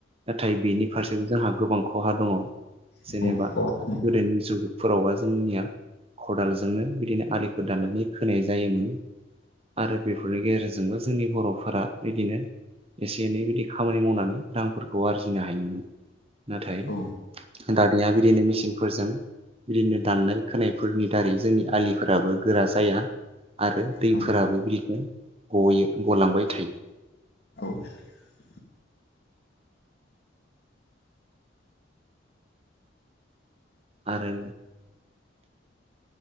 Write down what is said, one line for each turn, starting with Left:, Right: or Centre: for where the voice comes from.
Right: नाथाय बेनि फारसेबो जोंहा गोबां खहा दङ
Left: औ
Right: जेनेबा
Left: औ
Right: गोदोनि जुगफोरावबा जोंनिया खदालजोंनो बिदिनो आलिफोर दाननानै खोनाय जायोमोन आरो बेफोरनि गेजेरजोंबो जोंनि बर'फोरा बिदिनो एसे एनै बिदि खामानि मावनानै रांफोरखौ आरजिनो हायोमोन नाथाय
Left: औ
Right: दानिया बिदिनो मेचिन फोरजों बिदिनो दाननाय खोनायफोरनि दारै जोंनि आलिफोराबो गोरा जाया आरो दैफोराबो
Left: औ
Right: बिदिनो गयो गलांबाय थायो।
Left: <inaudible>
Right: आरो